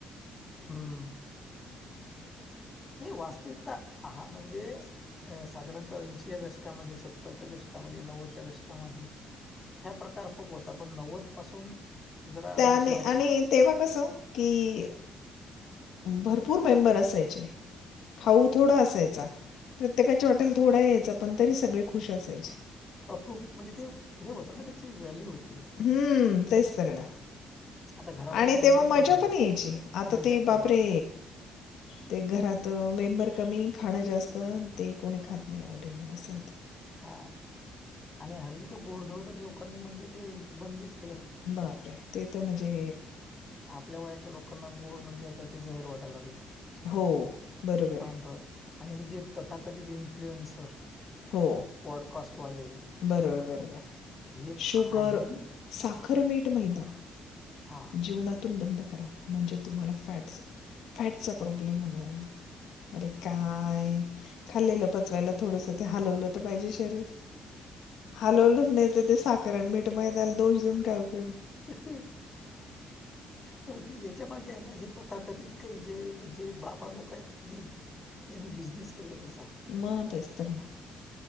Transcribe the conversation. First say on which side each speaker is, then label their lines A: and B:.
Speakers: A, on the left (about 25°); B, on the left (about 75°).
A: हम्म. नाही वास्तविकता हा म्हणजे अ साधारणतः ऐंशीच्या दशकामध्ये सत्तरच्या दशक. नव्वदच्या दशकामध्ये ह्या प्रकार खूप होता पण नव्वद पासून. जरा
B: त्याने
A: म्हणजे शहर
B: आणि तेव्हा कसं की. भरपूर मेंबर असायचे खाऊ थोडा असायचा. प्रत्येकाच्या वाटेल थोडा यायचा पण तरी सगळे खुश असायचे.
A: अप्रुव म्हणजे ते हे होतं ना त्याची व्हॅल्यू होती.
B: हम्म तैस्तरणा.
A: आता घरामध्ये
B: आणि
A: मेंबर
B: तेव्हा मज्जा
A: कमी झाला
B: पण यायची आता
A: मज्जा
B: ती
A: पण
B: बापरे.
A: यायची
B: ते घरात मेंबर कमी खाणं जास्त ते कोणी खात नाही आवडी नाही असं.
A: हा आणि हल्ली तर गोडधोड तर लोकांनी म्हणजे ते बंदच.
B: बापर आहे ते तर म्हणजे.
A: आपल्या वयाच्या लोकांना गोड म्हणजे आता ते झहर वाटायला लागलं.
B: हो बरोबर
A: पांढरं
B: आहे.
A: आणि हे जे तथाकथित इन्फ्लुएन्सर.
B: हो
A: पॉडकास्ट वाले
B: बरोबर बरोबर
A: हे
B: शुगर.
A: काही
B: खरं मीठ मैदा
A: हा
B: जीवनातून बंद कर. म्हणजे तुमला फ फॅचा प्रॉब्लेम होणार. अरे काय खाल्लेलं पचवायला थोडस ते हलवलं. शरीर हलवलं नाही. साखरण मीठ मई दाल दोष देऊन काय उपयोगी.
A: ह अ. त्याच्या मागे आहे ना हे तथाकथित काही जे म्हणजे बाबा लोक आहेत नाही. यांनीनी बिझनेस केला त्याचा.
B: मग तेच तर ना